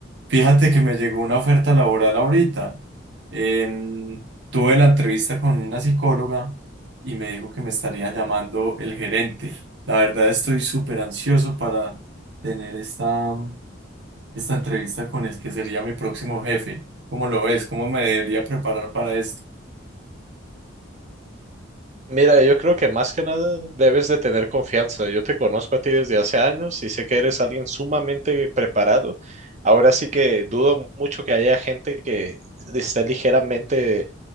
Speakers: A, on the right (about 60°); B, on the right (about 35°).
A: Fíjate que me llegó una oferta laboral ahorita. Em, tuve la entrevista con una psicóloga y me dijo que me estaría llamando el gerente. La verdad estoy súper ansioso para tener esta, esta entrevista con el que sería mi próximo jefe. ¿Cómo lo ves? ¿Cómo me debería preparar para esto?
B: Mira, yo creo que más que nada debes de tener confianza. Yo te conozco a ti desde hace años y sé que eres alguien sumamente preparado. Ahora sí que dudo mucho que haya gente que esté ligeramente